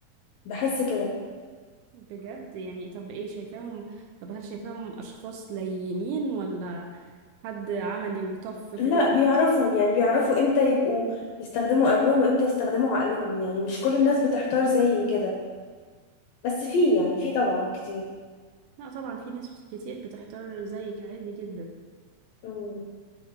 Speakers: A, on the left; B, on the right.
A: بحس كده
B: بجد يعني طب ايه شايفاهم طب هل شايفاهم اشخاص لينين ولا حد عملي وطف كده
A: لا
B: في
A: بيعرفوا
B: الحاجة
A: يعني بيعرفوا امتى يبقوا يستخدموا قلبهم وامتى يستخدموا عقلهم يعني مش كل الناس بتحتار زي كده بس في يعني في طبعا كتير
B: لا طبعا في ناس كتير بتحتار زيك عادي جدا
A: امم